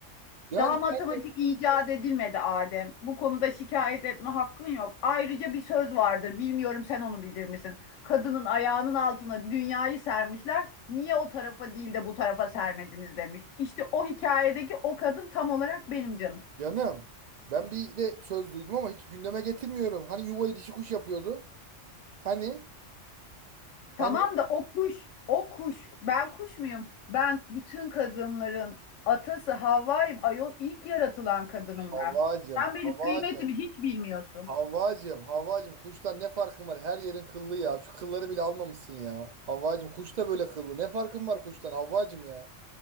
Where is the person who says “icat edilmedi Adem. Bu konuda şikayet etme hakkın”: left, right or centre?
Left